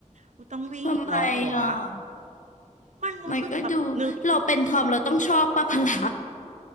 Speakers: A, on the right; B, on the left.
A: อุ๊ยต้องวิ่งอีกแล้วเหรอวะ
B: ทำไมอ่ะ
A: มันรู้สึกแบบหนึ่ง
B: มันก็ดูเราเป็นทอมเราต้องชอบป้าพละ